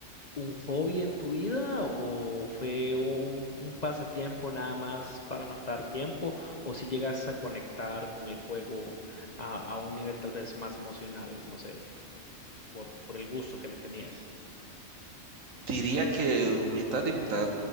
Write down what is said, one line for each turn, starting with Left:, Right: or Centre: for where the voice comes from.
Left: un hobby en tu vida o fue un, un pasatiempo nada más para matar tiempo o si llegas a conectar con el juego a, a un nivel tal vez más emocional, no sé, por, por, por el gusto que le tenías?
Right: Diría que mitad y mitad